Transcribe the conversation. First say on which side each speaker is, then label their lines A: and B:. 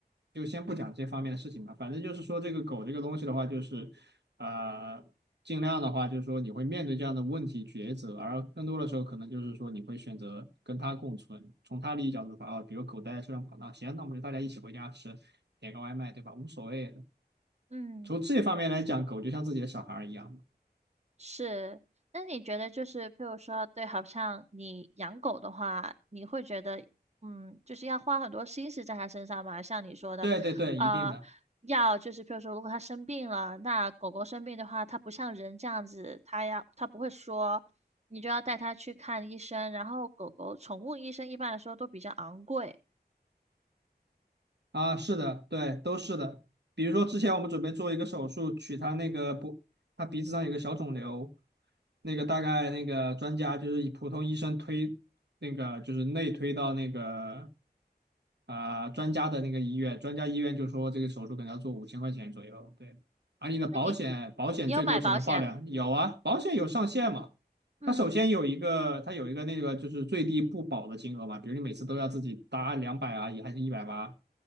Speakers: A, on the right; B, on the right.
A: 就先不讲这方面的事情吧。反正就是说，这个狗这个东西的话，就是呃，尽量的话，就是说你会面对这样的问题抉择，而更多的时候可能就是说你会选择跟它共存。从它利益角度出发啊，比如狗待在车上跑大，那行，那我们就大家一起回家吃，点个外卖，对吧？无所谓的。
B: 嗯。
A: 从这方面来讲，狗就像自己的小孩一样。
B: 是，那你觉得就是，譬如说，对，好像你养狗的话，你会觉得，嗯，就是要花很多心思在它身上嘛？像你说的，
A: 对对对，
B: 呃，
A: 一定的。
B: 要就是，譬如说，如果它生病了，那狗狗生病的话，它不像人这样子，它要它不会说，你就要带它去看医生。然后，狗狗宠物医生一般来说都比较昂贵，
A: 啊，是的，对，都是的。比如说之前我们准备做一个手术，取他那个不，他鼻子上有个小肿瘤，那个大概那个专家就是以普通医生推，那个就是内推到那个啊、专家的那个医院，专家医院就说这个手术可能要做五千块钱左右，对。而你的保险保险最多只能报两，
B: 那你你有买保险？
A: 有啊，保险有上限嘛，
B: 嗯，
A: 它首先有一个，它有一个那个就是最低不保的金额嘛，比如你每次都要自己搭两百啊，也还是一百八，